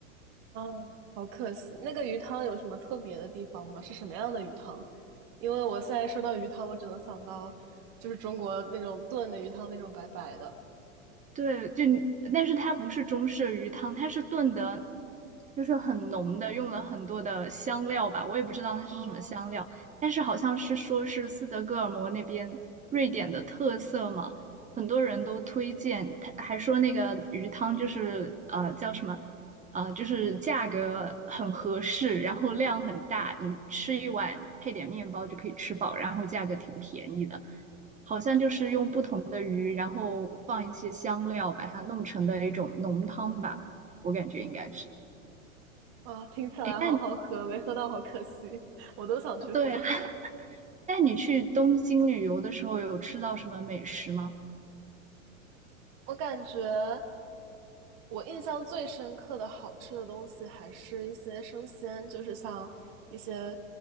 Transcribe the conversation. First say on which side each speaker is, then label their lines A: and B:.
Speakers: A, on the right; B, on the right.
A: 啊，好可惜。那个鱼汤有什么特别的地方吗？是什么样的鱼汤？因为我现在说到鱼汤，我只能想到就是中国那种炖的鱼汤，那种白白的。
B: 对，就但是它不是中式鱼汤，它是炖的，就是很浓的，用了很多的香料吧，我也不知道那是什么香料，
A: 哦，
B: 但是好像是说是斯德哥尔摩那边瑞典的特色嘛，很多人都推荐，他还说那个鱼汤就是呃叫什么，呃就是价格很合适，然后量很大，你吃一碗配点面包就可以吃饱，然后价格挺便宜的。好像就是用不同的鱼，然后放一些香料，把它弄成的一种浓汤吧，我感觉应该是。
A: 啊，听起来好好喝，
B: 哎，那你
A: 没喝到好可惜，我都想去喝。
B: 对，<laughs> 那你去东京旅游的时候有吃到什么美食吗？
A: 我感觉我印象最深刻的好吃的东西还是一些生鲜，就是像一些